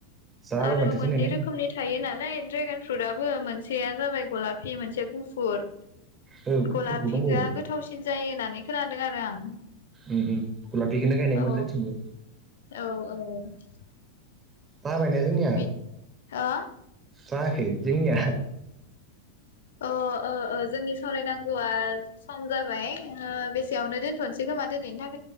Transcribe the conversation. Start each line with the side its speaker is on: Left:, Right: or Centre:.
Right: जाबाय
Left: आरो
Right: माथो
Left: मोननै
Right: जोंनिया ने
Left: रोखोमनि थायो नालाय ड्रेगन। फ्रुटआबो मोनसेया जाबाय गलाफि मोनसे गुफुर।
Right: औ गुफुरबो
Left: गलाफिगोआ
Right: दंबावो
Left: गोथावसिन जायो होननानै खोनादों आरो आं।
Right: उम उम गलाफिखोनो गानोमोन
Left: औ
Right: जोंथिंबो।
Left: औ <inaudible>
Right: जाबायना जोंनिया
Left: बि हो
Right: जायाखै जोंनिया?
Left: अ ओ ओ जोंनि सावरायनांगौआ सम जाबाय ओ बेसेयावनो दोनथ'नोसै खोम खोमा दोनैनि थाख